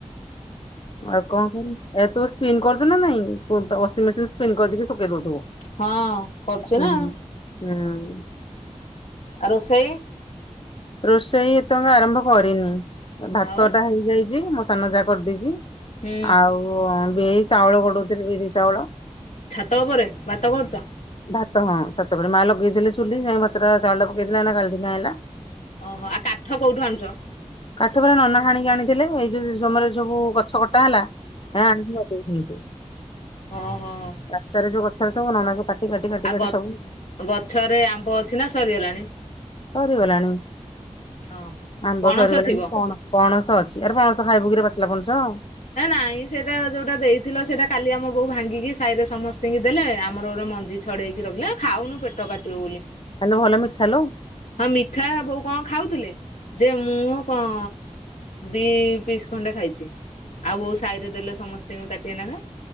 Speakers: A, on the left; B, on the left.
A: ଆଉ କଣ କର? ଏ ତୁ ସ୍ପିନ୍ କରୁ କିଆଇ ନାଇଁ? ୱାସିଂ ମେସିନ ସ୍ପିନ୍ କରି ଶୁଖେଇ ଦଉଥିବୁ।
B: ହଁ, କରୁଛି
A: ହୁଁ।
B: ନା? <inaudible>
A: ହୁଁ
B: ଆଉ ରୋଷେଇ?
A: ରୋଷେଇ ଏପର୍ଯ୍ୟନ୍ତ ଆରମ୍ଭ କରିନି। ଭାତ
B: ଆଉ
A: ଟା ହେଇଯାଇଛି, ମୋ ସାନ ଯା କରିଦେଇଛି।
B: ହୁଁ
A: ଆଉ ବିରି ଚାଉଳ ଗଡଉଥିଲି, ବିରି ଚାଉଳ।
B: ଛାତ ଉପରେ ଭାତ କରୁଛ?
A: ଭାତ ହଁ, ଛାତ ଉପରେ। ମା ଲଗେଇଥିଲେ ଚୁଲି। ଯାଇକି ଭାତ ଟା ଚାଉଳ ପକେଇଦେଲା, ଏଇନା ଗାଳିକି ଆଣିଲା।
B: ଓହୋ, ଆଉ କାଠ କଉଠୁ ଆଣିଛ?
A: କାଠ ବା ନନା ହାଣିକି ଆଣିଥିଲେ। ଏଇ ଯୋଉ ସମୟରେ ସବୁ ଗଛ କଟା ହେଲା, ଏ ଆଣି <inaudible>
B: ହଁ ହଁ।
A: ରାସ୍ତାରେ ଯଉ ଗଛ ହେଇଥିବ, ନନା <unintelligible>
B: ଆ
A: କାଟି
B: ଗ
A: ସବୁ
B: ଗଛରେ ଆମ୍ବ ଅଛି ନା ସରିଗଲାଣି?
A: ସରି ଗଲାଣି
B: ହଁ ହଁ
A: ଆମ୍ବ,
B: ପଣସ
A: ସରିଗଲାଣି
B: ଥିବ?
A: ପଣ ପଣସ ଅଛି, ଆରେ ପଣସ ଖାଇବୁ କିରେ? ପାଚିଲା ପଣସ!
B: ଏ ନାଇଁ, ସେଇଟା ଯୋଉଟା ଦେଇଥିଲ, ସେଇଟା କାଲି ଆମ ବୋଉ ଭାଙ୍ଗିକି ସାହିରେ ସମସ୍ତଙ୍କୁ ଦେଲେ। ଆମର ଗୋଡାଏ ମଞ୍ଜି ଛଡେଇକି ରଖିଲେ, ଖାଉନୁ? ପେଟ କାଟିବ ବୋଲି।
A: ଆଲୋ ଭଲ ମିଠା ଲୋ।
B: ହଁ, ମିଠା ବୋଉ କଣ ଖାଉଥିଲେ ଯେ ମୁଁ କଣ! ଦି ପିସ୍ ଖଣ୍ଡେ ଖାଇଛି, ଆଉ ବୋଉ ସାହିରେ ଦେଲେ ସମସ୍ତଙ୍କୁ ତାଟିଏ ନେଖାଁ।